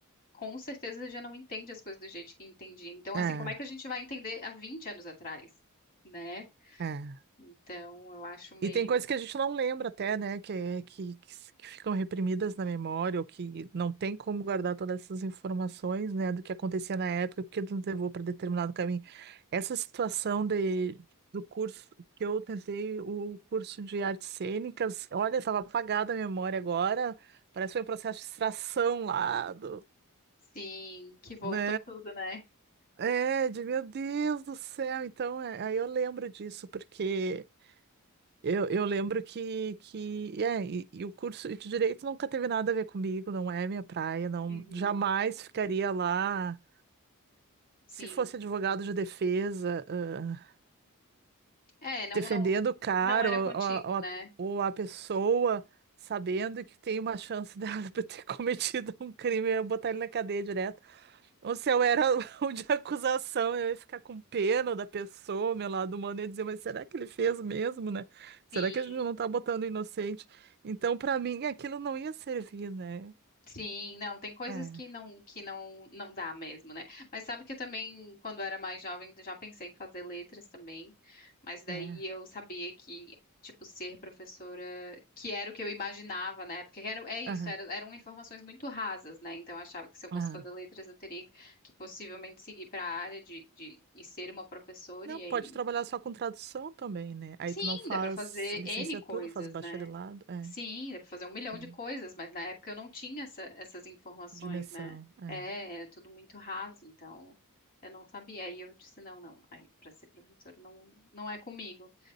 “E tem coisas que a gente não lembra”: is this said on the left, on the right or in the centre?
Right